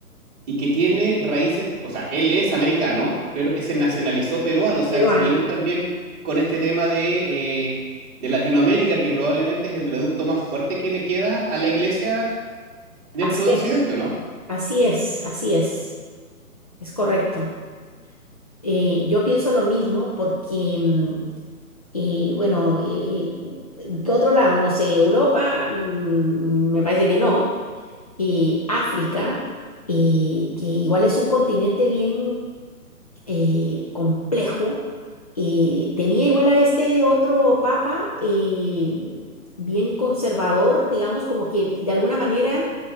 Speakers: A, on the right; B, on the left.
A: y que tiene raíces, o sea, él es americano, pero que se nacionalizó peruano, o sea,
B: Peruano.
A: seguimos también con este tema de, eh, de Latinoamérica, que probablemente es el reducto más fuerte que le queda a la iglesia dentro
B: Así
A: de
B: es.
A: Occidente, ¿o no?
B: Así es, así es. Es correcto. Eh, yo pienso lo mismo porque, mm, eh, bueno, eh, eh, ¿qué otro lado? No sé, Europa, mm, me parece que no. y África, eh, que igual es un continente bien eh, complejo. eh, tenía igual a este otro papa eh, bien conservador, digamos, como que de alguna manera